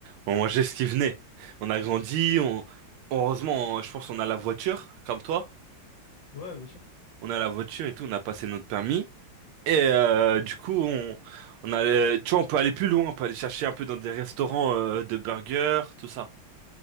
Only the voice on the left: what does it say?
Ouais, bien sûr.